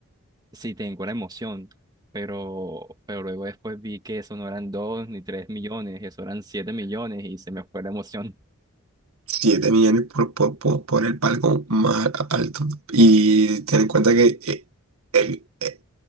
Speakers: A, on the right; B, on the right.
A: sí, tengo la emoción, pero, pero luego después vi que eso no eran dos ni tres millones, eso eran siete millones y se me fue la emoción. <laughs>
B: 7 millones por, por, por, por el palco más a- alto. Y ten en cuenta que eh, el, eh,